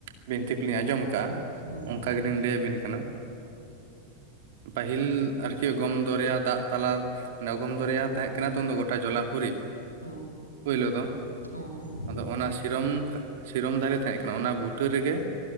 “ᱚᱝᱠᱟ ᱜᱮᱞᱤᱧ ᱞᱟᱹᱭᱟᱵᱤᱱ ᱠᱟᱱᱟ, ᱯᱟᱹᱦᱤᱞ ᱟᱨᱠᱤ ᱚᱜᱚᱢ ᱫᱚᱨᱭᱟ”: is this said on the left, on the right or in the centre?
Right